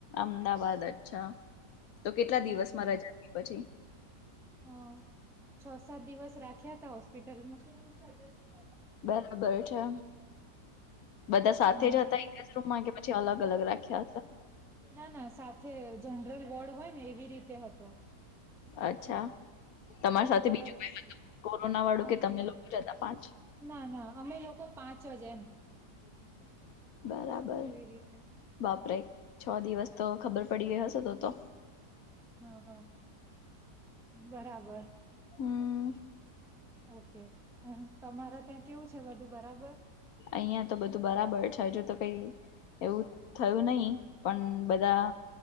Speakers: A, on the left (about 70°); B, in the centre.
A: અમદાવાદ અચ્છા. તો કેટલા
B: હમ
A: દિવસમાં રજાની પછી
B: હ છ સાત દિવસ રાખ્યા તા હોસ્પિટલમાં <inaudible>
A: બરાબર છે. બધા સાથે
B: હમ
A: જ હતા એક જ રૂમમાં કે પછી અલગ અલગ રાખ્યા હતા?
B: ના ના સાથે જનરલ વોર્ડ હોય ને એવી રીતે હતો.
A: અચ્છા તમારી
B: તો અમે
A: સાથે
B: બધા
A: બીજું કઈ હતું કોરોના વાળું કે તમે લોકો જ હતા પાંચ
B: ના ના અમે લોકો પાંચ જ એમ
A: <inaudible> બરાબર
B: એવી રીતે
A: બાપરે છ દિવસ તો ખબર પડી ગઈ હશે તો તો
B: હા હા બરાબર.
A: હમ
B: ઓકે તમારા ત્યાં કેવું છે બધું બરાબર?
A: અહિયાં તો બધું બરાબર છે હજુ તો કઈ એવું થયું નહી પણ બધા